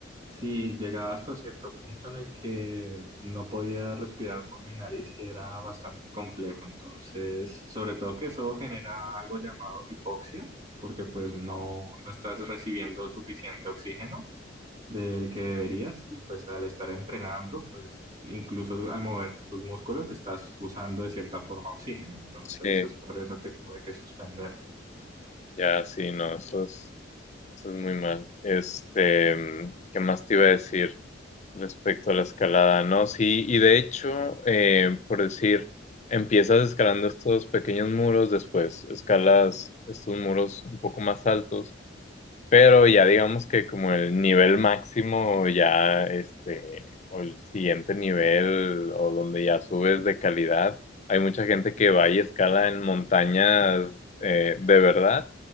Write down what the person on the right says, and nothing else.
Sí, llegaba hasta cierto punto en el que no podía respirar por mi nariz y era bastante complejo. Entonces, sobre todo que eso genera algo llamado hipoxia, porque pues no, no estás recibiendo suficiente oxígeno del que deberías y pues al estar entrenando, pues incluso al mover tus músculos estás usando de cierta forma oxígeno. Entonces,
es por eso que tuve que suspender.